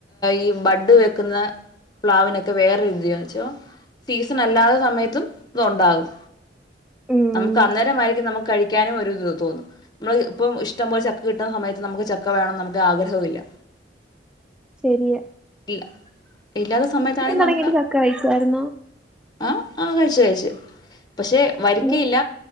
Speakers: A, on the left; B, in the centre.
A: ഈ ബഡ് വെക്കുന്ന പ്ലാവിനൊക്കെ വേറെര് ഇത് യാന്ന് വെച്ചോ സീസണല്ലാതെ സമയത്തും ഇത് ഉണ്ടാകും
B: ഉം
A: നമുക്ക് അന്നേരമായിരിക്കും നമുക്ക് കഴിക്കാനും ഒരു ഇത് തോന്നും നമ്മ ഇപ്പം ഇഷ്ടം പോലെ ചക്ക കിട്ടുന്ന സമയത്ത് നമുക്ക് ചക്ക വേണംന്ന് നമുക്ക് ആഗ്രഹവുമില്ല
B: ശരിയ
A: ഇല്ല ഇല്ലാത്ത സമയത്താണെങ്കി നമുക്ക്
B: തുടങ്ങിട്ട് ചക്ക കഴിച്ചായിരുന്നോ
A: ആഹ് ആഹ് കഴിച്ച് കഴിച്ച് പക്ഷെ വരിക്കയില്ല
B: ഉം